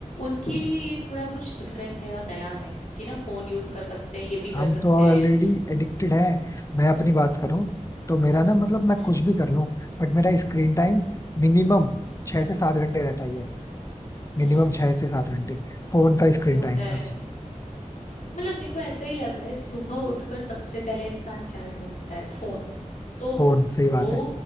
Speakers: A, on the left (about 65°); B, on the left (about 25°).
A: उनके लिए ये थोड़ा कुछ डिफरेंट है और नया है कि ना फोन यूज कर सकते हैं ये भी कर
B: हम
A: सकते
B: तो
A: हैं
B: ऑलरेडी एडिक्टेड हैं मैं अपनी बात करूं तो मेरा ना मतलब मैं
A: हम्म
B: कुछ भी कर लूं बट मेरा स्क्रीन टाइम मिनिमम छह से सात घंटे रहता ही है मिनिमम
A: हम्म
B: छह से सात घंटे फोन का स्क्रीन
A: ये होता
B: टाइम बस
A: है मतलब मेरे को ऐसा ही लग रहा है सुबह उठकर सबसे पहले इंसान क्या ढूंढता है फोन तो
B: फोन सही बात
A: वो
B: है